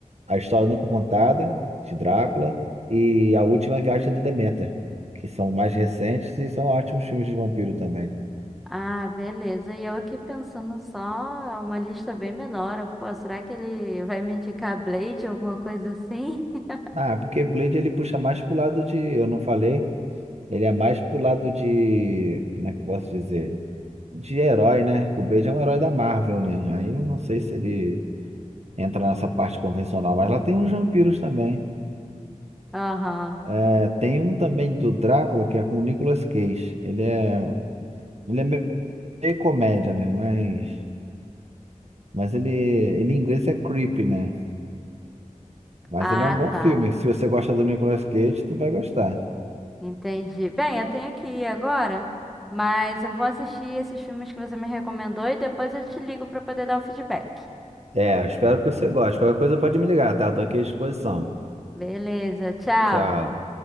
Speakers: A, on the right; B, in the centre.
A: A História Nunca Contada, de Drácula. E A Última Viagem do Deméter, que são mais recentes e são ótimos filmes de vampiro também.
B: Ah, beleza. E eu aqui pensando só uma lista bem menor. Eu, Pô, será que ele vai me indicar Blade, alguma coisa assim? <laughs>
A: Ah, porque Blade ele puxa mais pro lado de. Eu não falei, ele é mais pro lado de. Como é que eu posso dizer? De herói, né? O Blade é um herói da Marvel, né? Aí eu não sei se ele entra nessa parte convencional, mas lá tem uns vampiros também.
B: Aham.
A: É, tem um também do Drácula que é com o Nicolas Cage. Ele é, ele é meio, meio comédia, né? Mas, mas ele, ele em inglês é creepy, né? Mas
B: Ah,
A: ele é um bom
B: tá.
A: filme. Se você gosta do Nicolas Cage, tu vai gostar.
B: Entendi. Bem, eu tenho que ir agora, mas eu vou assistir esses filmes que você me recomendou e depois eu te ligo pra poder dar o feedback.
A: É, eu espero que você goste. Qualquer coisa pode me ligar, tá? Tô aqui à disposição.
B: Beleza, tchau.
A: Tchau.